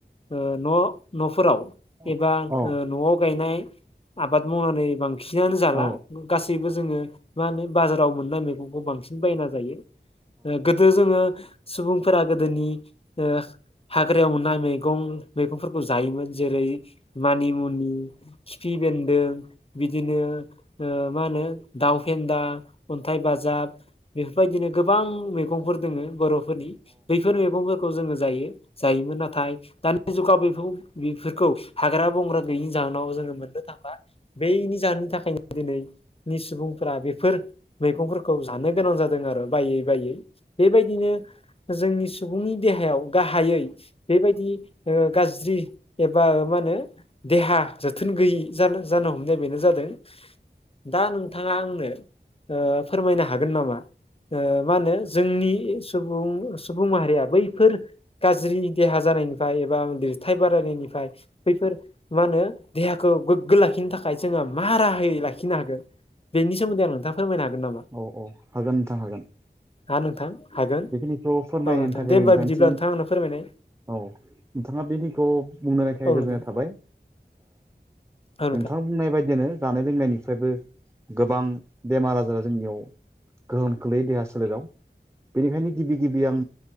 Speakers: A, on the left (about 30°); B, on the right (about 15°).
A: ओ न' न'फोराव एबा
B: औ औ नोंथां
A: ओ न'आव गायनाय आबाद मावनानै बांसिनानो जाला
B: औ
A: । गासैबो जोङो मा होनो बाजाराव मोननाय मैगंखौ बांसिन बायना जायो। गोदो जोङो सुबुंफोरा गोदोनि ओ हाग्रायाव मोननाय मैगं मैगंफोरखौ जायोमोन जेरै मानिमुनि खिफि बेन्दों बिदिनो मा होनो दाउ फेन्दा, अन्थाइ बाजाब बेफोरबायदिनो गोबां मैगंफोर दोङो बर'फोरनि। बैफोर मैगंफोरखौ जोङो जायो जायोमोन नाथाय दानि जुगाव बे बेफोरखौ हाग्रा बंग्रा गैयिनि जाहोनाव जोङो मोननो थांला। बेनि जाहोननि थाखायनो दिनैनि सुबुंफोरा बेफोर मैगंफोरखौ जानो गोनां जादों आरो बायै बायै। बेबायदिनो जोंनि सुबुंनि देहायाव गाहायै बेबायदि ओ गाज्रि एबा ओ मा होनो देहा जोथोन गैयि जानो जानो हमनाय बेनो जादों दा नों नोंथाङा आंनो ओ फोरमायनो हागोन नामा ओ मा होनो जोंनि सुबुं सुबुं माहारिया बैफोर गाज्रि देहा जानायनिफ्राय एबा लिरथाय बारायनायनिफ्राय बैफोर मा होनो देहाखौ गोग्गो लाखिनो थाखाय जोङो मा राहायै लाखिनो हागोन। बेनि सोन्दै आं नोंथां फोरमायनो हागोन नामा?
B: औ औ हागोन नोंथां हागोन।
A: हा नोंथां। हागोन
B: बेखिनिखौ फोरमायनो
A: औ नोंथां
B: थाखाय
A: दे होमबा
B: नोंथांसिम
A: बिदिब्ला नोंथां आंनो फोरमायनाय
B: औ नोंथाङा बे दैखौ बुंनो नायखाय
A: औ
B: गोजोननाय
A: नोंथां
B: थाबाय
A: औ
B: नोंथां बुंनाय बायदियानो जानाय लोंनायनि फ्रायबो गोबां बेमार आजारा जोंनियाव गोहोम खोलैयो देहा सोलेराव बेनिखायनो गिबि गिबि आं